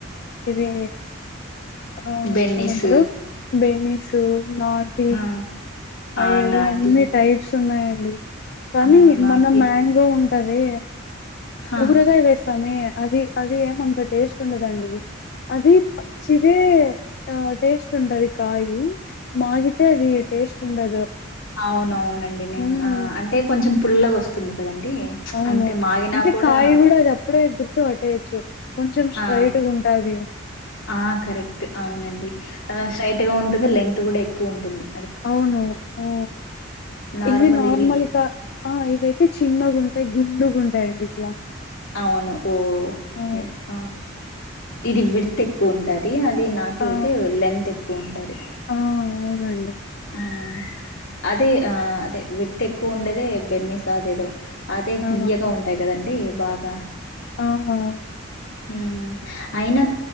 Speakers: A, on the left; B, on the left.
A: ఇదీ ఆ
B: బెన్నీస్
A: ఏమంటరూ బెమిసూ నాజీ
B: ఆ
A: అయేదో
B: ఆ నాటి
A: అన్నీ టైప్స్ ఉన్నాయండీ కానీ
B: అవును నాకి
A: మన మ్యాంగో ఉంటది
B: హ
A: ఊరగాయ వే స్తమే అది అది ఏమంత టేస్ట్ ఉండదండి అది పచ్చిదే ఆ టేస్ట్ ఉంటది కాయీ మాగితే అది టేస్ట్ ఉండదు
B: అవున అవునండి నేన్
A: మ్మ్
B: ఆ అంటే కొంచెం పుల్లగొస్తుంది కదండి
A: అవును
B: అంటే మాగినా
A: అంటే
B: కూడా
A: కాయ గూడ అది అప్పుడే గుర్తు పట్టేయొచ్చు కొంచెం స్ట్రైట్గుంటా
B: ఆ
A: <unintelligible>
B: ఆ కరెక్ట్ అవునండి ఆ స్ట్రైట్ గా ఉంటుంది లేంత్ గూడా ఎక్కువున్టుంది.
A: అవును ఆ
B: నార్మల్
A: ఇది నార్మల్గా
B: ఇవి
A: ఆ ఇవయితే చిన్నగుం టై గుండూగున్టాయండి ఇట్లా
B: అవును ఓ
A: ఆ
B: ఎస్ ఆ ఇది విడ్త్ ఎక్కువున్టది అది ఇ నాటి
A: ఆ
B: అయితే లెంత్ ఎక్కువున్టది.
A: ఆ అవునండి.
B: ఆ అదే ఆ అదె విడ్త్ ఎక్కువుండేదే బెన్నిసాదేదో అదే
A: ఆ
B: తియ్యగా ఉంటాయి కదండీ బాగా
A: ఆహా
B: హ్మ్మ్ అయిన